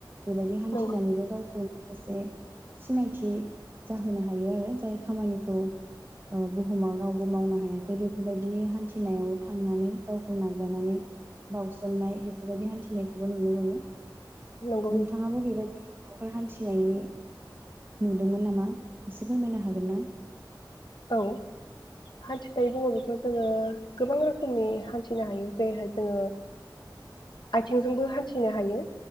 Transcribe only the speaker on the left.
नंगौ
नंगौ नोंथां।
औ हान्थिनाय बुङोबाथ जोङो गोबां रोखोमनि हान्थिनो हायो जेरैहाय जोङो आथिंजोंबो हान्थिनो हायो।